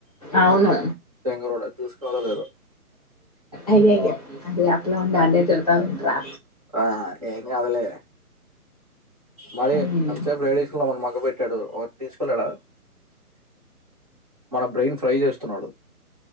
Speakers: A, on the left; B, on the right.
A: అవును
B: దెంగరోడు చూసుకున్నాడో లేదో.
A: అయ్య అయ అదే అప్పులా ఉండ అడ చెతా ఉంట రా
B: ఆ ఏంగ్ కావలే మరి
A: మ్మ్.
B: ఎంస రైడేషన్ మ మగబ ట్టాడు తీసుకున్నాడా మన బ్రెయిన్ ఫ్రై చేస్తున్నాడు